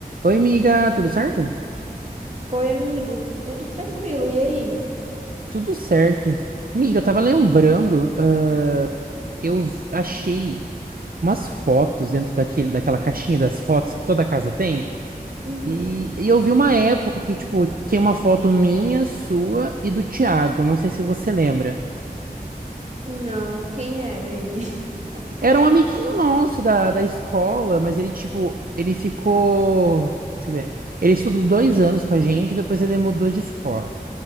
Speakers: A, on the right; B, on the right.
A: Oi, amiga, tudo certo?
B: Oi, amigo, tudo tranquilo, e aí?
A: Tudo certo. Amiga, eu tava lembrando, ah, eu v- achei umas fotos dentro daquele, daquela caixinha das fotos que toda casa tem,
B: Uhum.
A: e, e eu vi uma época que, tipo, tinha uma foto minha, sua e do Thiago, não sei se você lembra.
B: Não, quem era ele? <laughs>
A: Era um amiguinho nosso da, da escola, mas ele, tipo, ele ficou... Deixa eu ver. Ele estudou dois anos com a gente, depois ele mudou de escola.